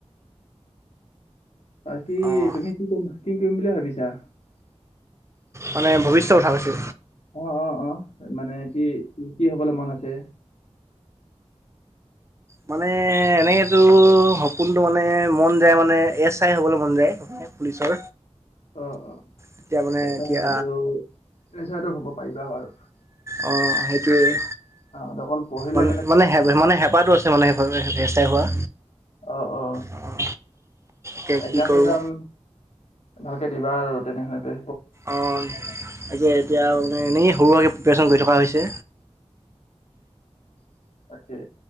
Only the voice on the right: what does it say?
অঁ
মানে ভৱিষ্যত কথা কৈছে।
মানে এনেকেতো সপোনতটো মানে মন যায় মানে এ চাই হবলৈ মন যায়। পুলিচৰ
এতিয়া মানে
এতিয়া
অঁ সেইটোৱেই
মানে মানে হে মানে হেঁপাহটো আছে মানে সেইবাবে এছ আই হোৱা।
অঁ এতিয়া
কি কৰোঁ
অ তাকে এতিয়া মানে এনে সৰু প্ৰিপেৰেচন কৰি থকা হৈছে।